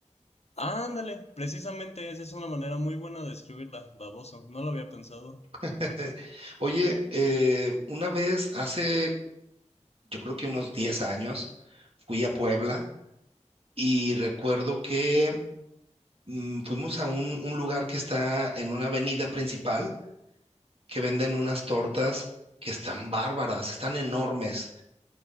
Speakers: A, on the left; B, on the right.
A: Ándale, precisamente esa es una manera muy buena de describirla, baboso. No lo había pensado.
B: <laughs> Oye, eh, una vez hace, yo creo que unos 10 años, fui a Puebla y recuerdo que mm, fuimos a un, un lugar que está en una avenida principal que venden unas tortas que están bárbaras, están enormes.